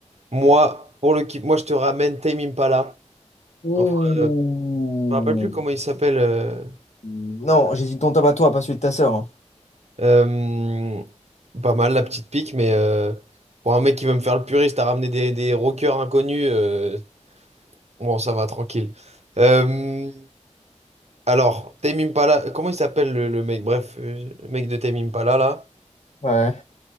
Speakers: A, on the right (about 65°); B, on the left (about 70°).
A: Moi, pour le kiff, moi je te ramène Tame Impala.
B: ouh.
A: Enfin, euh, je me rappelle plus comment il s'appelle. euh,
B: Non, j'ai dit ton top à toi, pas celui de ta sœur. hein.
A: euh, pas mal la petite pique, mais euh, pour un mec qui veut me faire le puriste, t'as ramené des, des rockers inconnus. euh, Bon, ça va, tranquille. Euh, alors, Tame Impala, comment il s'appelle le, le mec? Bref, euh, le mec de Tame Impala, là.
B: Ouais.